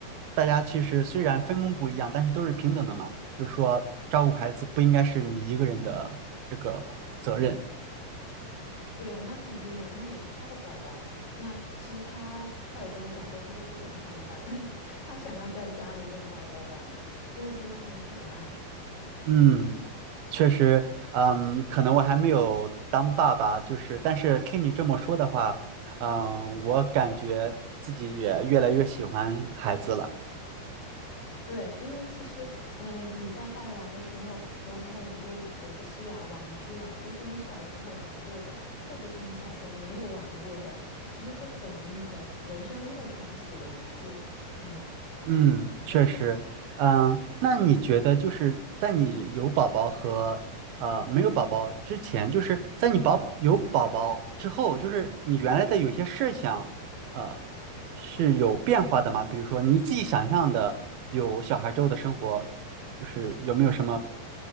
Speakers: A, on the right; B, on the left.
A: 大家其实虽然分工不一样，但是都是平等的嘛，就是说照顾孩子不应该是你一个人的这个责任。
B: 对呀，那肯定呀，那也是他的宝宝。那其实他他有跟我讲过，他都不想上班，<laughs> 他想要在家里跟宝宝玩，因为真的很可爱。
A: 嗯，确实，嗯，可能我还没有当爸爸，就是，但是听你这么说的话，嗯，我感觉自己也越来越喜欢孩子了。
B: 对，因为其实，嗯、你在带娃的时候，有很多游戏啊、玩具啊，都是你小时候玩过的，或者是你小时候没有玩过的，其实就等于你的人生又重启了一次。嗯。
A: 嗯，确实，嗯，那你觉得就是在你有宝宝和呃没有宝宝之前，就是在你宝有宝宝之后，就是你原来的有一些设想，呃，是有变化的吗？比如说你自己想象的有小孩之后的生活，就是有没有什么